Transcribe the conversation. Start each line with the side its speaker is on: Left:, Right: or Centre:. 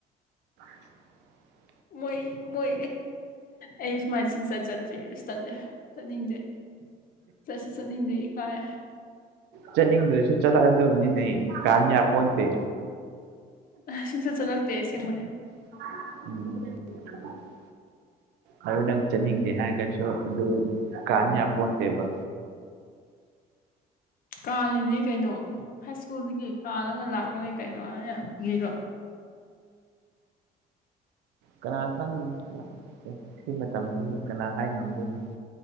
Right: <inaudible>
Left: ꯃꯣꯏ ꯃꯣꯏ ꯑꯩ ꯁꯨꯃꯥꯏꯅ ꯁꯨꯛꯆꯠ ꯆꯠꯇ꯭ꯔꯤ ꯏꯁ ꯇꯜꯂꯦ ꯆꯠꯅꯤꯡꯗꯦ ꯆꯠꯁꯨ ꯆꯠꯅꯤꯡꯗꯦ ꯏꯀꯥꯏ
Right: ꯆꯠꯅꯤꯡꯗ꯭ꯔꯁꯨ ꯆꯠꯂꯛꯑꯗꯕꯅꯤꯅꯦ ꯀꯥꯟ ꯌꯥꯄꯣꯟꯇꯦ
Left: ꯑꯥ ꯁꯨꯡꯆꯠ ꯆꯠꯂꯛꯇꯦ ꯑꯁꯦꯡꯕꯅꯦ
Right: <inaudible> ꯎꯨ ꯑꯗꯨ ꯅꯪ ꯆꯠꯅꯤꯡꯗꯦ ꯍꯥꯏꯔꯒꯁꯨ ꯑꯗꯨ ꯀꯥꯟ ꯌꯥꯄꯣꯟꯇꯦꯕ
Left: ꯀꯥꯜꯂꯤꯅꯦ ꯀꯩꯅꯣ ꯍꯥꯏ ꯁ꯭ꯀꯨꯜꯗꯒꯤ ꯀꯥꯜꯂꯒ ꯂꯥꯛꯄꯅꯦ ꯀꯩꯅꯣ <unintelligible>
Right: ꯀꯅꯥ ꯈꯪꯅꯤ ꯑꯦ ꯁꯤ ꯃꯇꯝꯁꯤ ꯀꯅꯥ ꯍꯥꯏ ꯉꯝꯗꯣꯏꯅꯣ